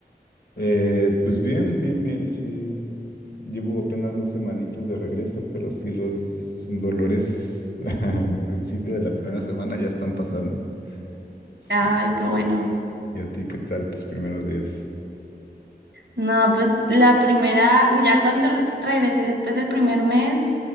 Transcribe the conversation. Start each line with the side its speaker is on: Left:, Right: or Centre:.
Left: Eh, pues bien, bien, bien, sí. Llevo apenas dos semanitas de regreso, pero sí los dolores <laughs> al principio de la primera semana ya están pasando. Sí,
Right: Ay,
Left: sí,
Right: qué
Left: sí.
Right: bueno.
Left: ¿Y a ti qué tal tus primeros días?
Right: No, pues la primera, ya cuando regresé después del primer mes